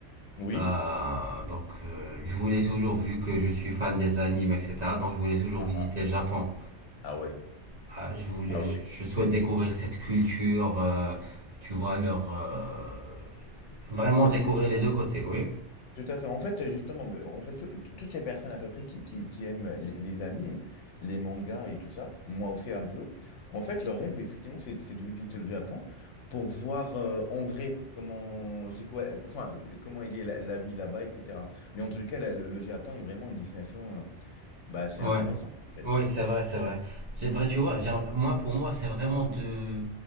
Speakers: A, on the left; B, on the right.
A: Oui.
B: Euh, donc euh, je voulais toujours, vu que je suis fan des animes, etc. Donc je voulais toujours
A: Ah,
B: visiter
A: ah.
B: le Japon.
A: Ah ouais.
B: Ah, je voulais,
A: Ah
B: je
A: ouais.
B: je souhaite
A: <laughs>
B: découvrir cette culture, euh, tu vois, leur, euh, vraiment
A: Parce
B: découvrir
A: que justement,
B: les deux côtés, oui.
A: Tout à fait. En fait, justement, ben, en fait, tout- tout- toutes les personnes à peu près qui, qui, qui aiment les, les animes, les mangas et tout ça, moi aussi un peu, en fait, leur rêve, effectivement, c'est c'est de visiter le Japon pour voir euh, en vrai comment c'est quoi, enfin, comment il est la, la vie là-bas, etc. Mais en tout cas, la- le, le Japon est vraiment une destination, euh, bah, c'est
B: Ouais,
A: intéressant. en
B: ouais,
A: fait.
B: c'est vrai, c'est vrai. J'aimerais, tu vois, j'aimerais- moi, pour moi, c'est vraiment de,